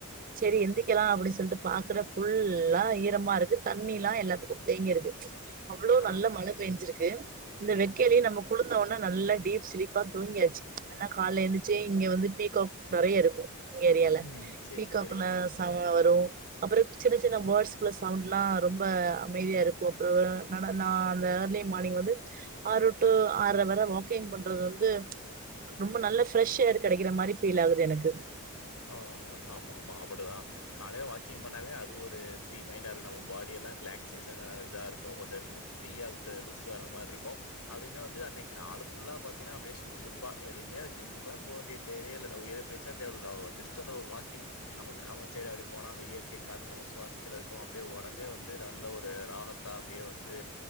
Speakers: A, on the right; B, on the left.
A: செரி எந்திக்கலா அப்டி சொல்ட்டு பாக்கற ஃபுல்லா ஈரமா இருக்கு தண்ணி எல்லா எல்லா பக்கமு தேங்கிருக்கு அவ்ளோ
B: ஆ.
A: நல்ல மழ பெஞ்சிருக்கு இந்த வெக்கலையு
B: ம்.
A: நம்ம குழுந்தன இன்னு நல்லா டீப் சிலீப்பா தூங்கியாச்சு ஆனா கால்ல எந்துச்சு
B: அ.
A: இங்க வந்து பீக்காக் நெறயா இருக்கு எங்க ஏரியால
B: ம். சரி,
A: பீக்காக்குல
B: சரி. ஆ.
A: சாமானோ வரு அப்புறம் சின்ன சின்ன வேர்ட்ஸ்கள்ள சவுண்ட் எல்லா ரொம்ப அமைதியா இருக்கு அப்புற நான் அந்த ஏர்லி மார்னிங் வந்து ஆறு டூ ஆறரை வரை வாக்கிங் பண்றது வந்து ரொம்ப நல்ல ஃபிரஸ் ஏர் கெடைக்கிற மாரி ஃபீல் ஆகுது எனக்கு
B: ஆமா ஆ ஆமா ஆமா அப்டிதா காலைல வாக்கிங் பண்ணாவே அது ஒரு ஃப்ரீ மைண்டா இருக்கு நம்ம பாடி எல்லா ரிலாக்சேஷனா இதா இருக்கு கொஞ்சோ ஃப்ரீயா விட்டு லூஸா ஆன மாரி இருக்கு அதுமே வந்து அன்னைக்கு நாலு ஃபுல்லா பாத்திங்கனா அப்டியே சுறுசுறுப்பா எதையுமே ஜிம்முக்கெல்லா போ வேண்டிய தேவயே இல்ல உயிரே தேவல்ல ஜஸ்ட் அந்த ஒரு வாக்கிங் நம்ம கிராம சைடு அப்டி போனா அந்த இயற்கை காத்து நம்ம சுவாசிக்கிறதுக்கு அப்டியே ஒடம்பே வந்து நல்ல ஒரு ராகத்தா அப்டியே வந்து